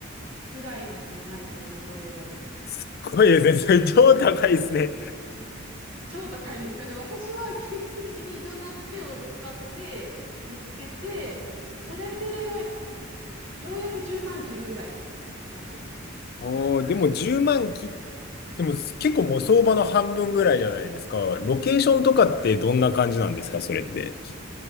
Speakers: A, on the right; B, on the left.
A: ぐらいになるかな、日本円だと。
B: すごいですね。それ超高いですね。
A: 超高いんです。だから私は奇跡的にいろんなつてを伝って見つけて、それでようやく10万切るぐらいって感じです。
B: おーでも1万き、でも結構もう相場の半分ぐらいじゃないですか。ロケーションとかってどんな感じなんですか、それって。